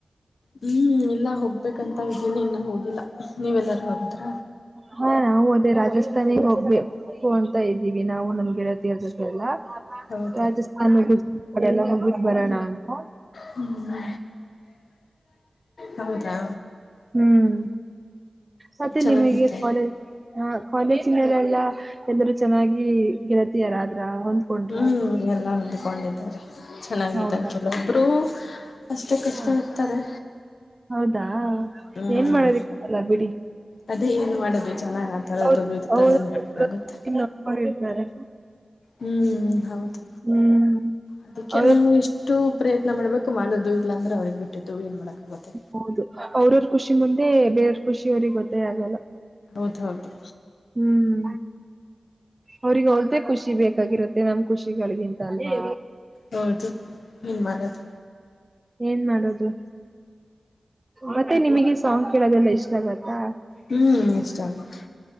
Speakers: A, on the left; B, on the right.
A: ಹ್ಮ್ ಇಲ್ಲ ಹೋಗ್ಬೇಕಂತ ಇದ್ದೀನಿ ಇನ್ನು ಹೋಗಿಲ್ಲಾ ನೀವೆಲ್ಲಾರೂ ಹೋಗದ್ರ.
B: ಹಾ ನಾವು ಅದೇ ರಾಜಸ್ಥಾನಿಗೆ ಹೋಗ್ಬೇಕು ಅಂತ ಇದ ದಿವಿ ಹೀಗೆ ನಾವು ನಮ್ ಗೆಳತಿಯರ್ ಜೊತೆ ಎಲ್ಲ.
A: ಹೌದಾ
B: ರಾಜಸ್ಥಾನಲ್ಲ ಹೋಗ್ಬಿಟ್ ಬರೋಣ ಅಂತ.
A: ಹ್ಞಹು ಹೌದಾ.
B: ಹ್ಮ್ ಮತ್ತೆ
A: ಚೆನ್ನಾಗಿತ್ತು
B: ನಿಮ್ಗೆ ಕಾಲೇಜ್ ಕಾಲೇಜ ಮೇಲೆಲ್ಲಾ. ಎಲ್ಲರೂ ಚೆನ್ನಾಗಿ ಗೆಳತಿಯಾರದ್ರ ಹೊಂದ್ಕೊಂಡ್ರ.
A: ಹ್ಮ್ ಎಲ್ಲ ಹೊಂದ್ಕೊಂಡಿದ್ದಾರೆ. ಚೆನ್ನಾಗಿದ್ದಾರೆ
B: ಹೌದಾ
A: ಕೆಲವಬ್ರು ಅಷ್ಟಕ್ ಅಷ್ಟೆ
B: ಹ
A: ಇರ್ತಾರೆ.
B: ಹೌದಾ
A: ಹ್ಮ್
B: ಏನ್ ಮಾಡೋದಿಕ್ಕೆಗಲ್ಲ ಬಿಡಿ.
A: ಅದೇ ಏನ್ ಮಾಡೋದು ಚನ್ನಾಗ್ ಆ ತರದ
B: ಅವ್ರ
A: ಇರ್ತರ
B: ಅವರು
A: ಏನ್ ಮಾಡ್ಕ್ಆಗುತ್ತೆ.
B: ನೋಡ್ಕೊಂಡಿರ್ತಾರೆ
A: ಹ್ಮ್ ಹೌದು
B: ಹ್ಮ್
A: ಅದಿಕ್ಕೆ
B: ಅವ್ರ
A: ನಾವು ಎಷ್ಟು ಪ್ರಯತ್ನ ಮಾಡ್ಬೇಕು ಮಾಡೋದು ಇಲ್ಲಾ ಅಂದ್ರೆ ಅವ್ರಗ್ ಬಿಟ್ಟಿದ್ದು ಏನ್ ಮಾಡಕಾಗುತ್ತೆ.
B: ಹೌದು ಅವ್ರವ್ರ ಖುಷಿ ಮುಂದೆ ಬೇರವ್ರ ಖುಷಿ ಅವ್ರಿಗ್ ಗೊತ್ತೇ ಆಗಲ್ಲ.
A: ಹೌದೌದು.
B: ಹುಂ ಅವ್ರಿಗೆ ಅವರ್ದೆ ಖುಷಿ ಬೇಕಾಗಿರತ್ತೆ ನಮ್ ಖುಷಿಗಳಿಗಿಂತ ಅಲ್ವ.
A: ಹೌದು ಏನ್ ಮಾಡದು.
B: ಏನ್ ಮಾಡದು. ಮತ್ತೆ ನಿಮಗೆ ಸಾಂಗ್ ಕೇಳೋದೆಲ್ಲ ಇಷ್ಟಾ ಅಗತ್ತಾ.
A: ಹ್ಮ್ ಇಷ್ಟ ಆಗುತ್ತೆ.